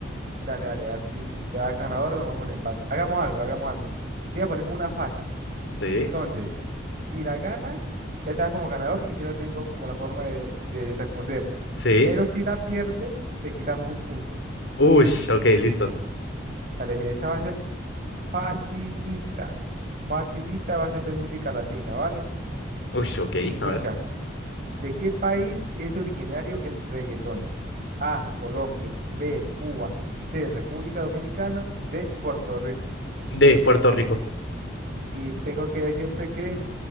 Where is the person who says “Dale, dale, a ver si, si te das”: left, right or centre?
Right